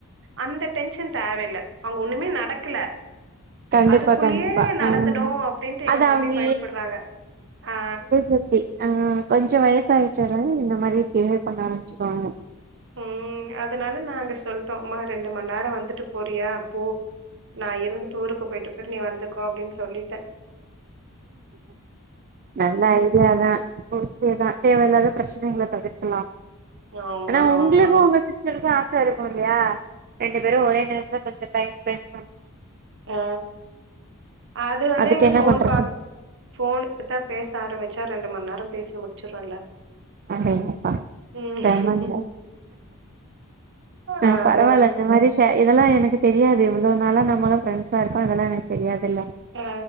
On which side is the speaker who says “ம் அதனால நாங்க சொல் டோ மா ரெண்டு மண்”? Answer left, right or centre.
Right